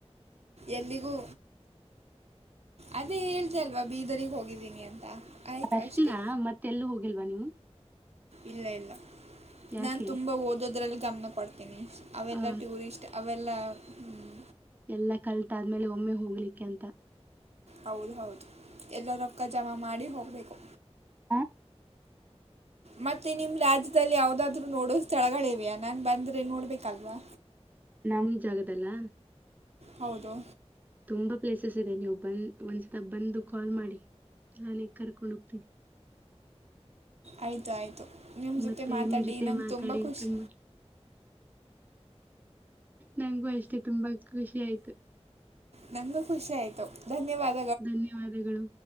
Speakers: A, on the right; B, on the right.
A: ಎಲ್ಲಿಗೂ. ಅದೇ ಹೇದ ಅಲ್ವಾ ಬೀದರ್ರಿಗೆ ಹೋಗಿದ್ದೀನಿ ಅಂತ. ಆಯಿತು
B: ಅಷ್ಟಿನ
A: ಅಷ್ಟೇ
B: ಮತ್ತೆ ಎಲ್ಲ ಹೋಗಿಲ್ವಾ ನೀವು.
A: ಇಲ್ಲ ಇಲ್ಲ
B: ಯಾಕೆ
A: ನಾನ್ ತುಂಬಾ ಓದೋದ್ರಲ್ಲಿ ಗಮನ ಕೊಡ್ತೇನಿ. ಅವೆಲ್ಲ
B: ಆ
A: ಟೂರಿಸ್ಟ್ ಅವೆಲ್ಲ. ಹ್ಮ್,
B: ಎಲ್ಲ ಕಲ್ತಾದ್ಮೇಲೆ ಒಮ್ಮೆ ಹೋಗ್ಲಿಕ್ಕೆ ಅಂತ.
A: ಹೌದ ಹೌದು ಎಲ್ಲ ರೊಕ್ಕ ಜಮಾ ಮಾಡಿ ಹೋಗಬೇಕು.
B: ಆ, <inaudible>
A: ಮತ್ತೆ ನಿಮ್ ರಾಜ್ಯದಲ್ಲಿ ಯಾವದಾದ್ರು ನೋಡೋ ಸ್ಥಳಗಳಿವೆಯಾ ನಾನ್ ಬಂದ್ರೆ ನೋಡ್ಬೇಕಲ್ವಾ.
B: ನಮ ಜಾಗದಲ್ಲ.
A: ಹೌದು.
B: ತುಂಬಾ ಪ್ಲೇಸಸ್ ಇದೆ ನೀವು ಬಂದ ಒಂದ್ಸತ ಬಂದು ಕಾಲ್ ಮಾಡಿ ನಾನೇಗ್ ಕರ್ಕೊಂಡ್ ಹೋಗ್ತೀನಿ
A: ಆಯ್ತು ಆಯ್ತು ನಿಮ್ಮ ಜೊತೆ
B: ಮತ್ತೆ
A: ಮಾತಾಡಿ
B: ನಿಮ್ ಜೊತೆ
A: ನಂಗೆ
B: ಮಾತಾಡಿ
A: ತುಂಬ ಖುಷಿ
B: ತುಂಬಾ ನಂಗಗೂ ಅಷ್ಟೇ ತುಂಬಾ ಖುಷಿ ಆಯ್ತು
A: ನನಖುಷಿ ಆಯ್ತು ಧನ್ಯವಾದ
B: ಧನ್ಯವಾದಗಳು